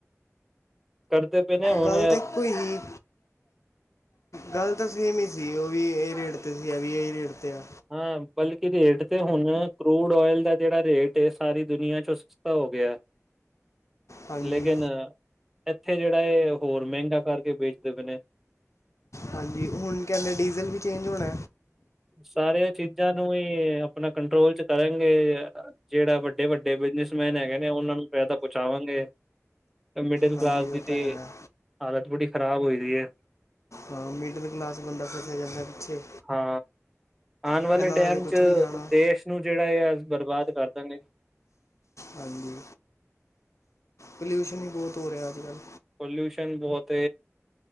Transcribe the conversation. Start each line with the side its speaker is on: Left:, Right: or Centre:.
Centre: ਕਰਦੇ ਪਏ ਨੇ ਹੁਣ
Left: ਗੱਲ ਤਾਂ ਇੱਕੋ ਹੀ ਗੱਲ ਤਾਂ ਸੇਮ ਹੀ ਸੀ, ਉਹ ਵੀ ਇਹ ਰੇਟ ਤੇ ਸੀ ਇਹ ਵੀ ਇਹ ਰੇਟ ਤੇ ਆ
Centre: ਹਾਂ ਬਲਕਿ ਰੇਟ ਤੇ ਹੁਣ, ਕਰੂਡ ਓਇਲ ਦਾ ਜਿਹੜਾ ਰੇਟ ਸਾਰੀ ਦੁਨੀਆਂ 'ਚ-' ਸਸਤਾ ਹੋ ਗਿਆ
Left: ਹਾਂਜੀ
Centre: ਲੇਕਿਨ, ਇੱਥੇ ਜਿਹੜਾ ਹੈ ਹੋਰ ਮਹਿੰਗਾ ਕਰਕੇ ਵੇਚਦੇ ਪਏ ਨੇ
Left: ਹਾਂਜੀ, ਹੁਣ ਕਹਿੰਦੇ ਡੀਜ਼ਲ ਵੀ ਚੇਂਜ ਹੋਣਾ
Centre: ਸਾਰੀਆਂ ਚੀਜ਼ਾਂ ਨੂੰ ਹੀ ਆਪਣਾ ਕੰਟਰੋਲ 'ਚ ਕਰਾਂਗੇ ਜਿਹੜਾ ਵੱਡੇ- ਵੱਡੇ ਬਿਜਨਸਮੈਨ ਹੈਗੇ ਨੇ ਉਹਨਾਂ ਨੂੰ ਪੈਸਾ ਪਹੁੰਚਾਵਾਂਗੇ ਮਿਡਲ
Left: ਹਾਂਜੀ
Centre: ਕਲਾਸ ਦੀ
Left: ਉਹ
Centre: ਤੇ,
Left: ਤਾਂ ਹੈਗਾ
Centre: ਹਾਲਤ ਬੜੀ ਖ਼ਰਾਬ ਹੋਈ ਦੀ ਹੈ
Left: ਹਾਂ ਮਿਡਲ ਕਲਾਸ ਬੰਦਾ ਫਸਿਆ ਜਾਂਦਾ ਪਿੱਛੇ
Centre: ਹਾਂ ਆਉਣ ਵਾਲੇ
Left: ਇਹਨਾਂ
Centre: ਟਾਈਮ
Left: ਦਾ ਤਾਂ ਕੁਝ
Centre: 'ਚ,
Left: ਨਹੀਂ ਜਾਣਾ
Centre: ਦੇਸ਼ ਨੂੰ ਜਿਹੜਾ ਆ ਬਰਬਾਦ ਕਰ ਦੇਣਗੇ
Left: ਹਾਂਜੀ, ਪਲਿਊਸ਼ਨ ਹੀ ਬਹੁਤ ਹੋ ਰਿਹਾ ਅੱਜ -ਕੱਲ੍ਹ
Centre: ਪੋਲਿਊਸ਼ਨ ਬਹੁਤ,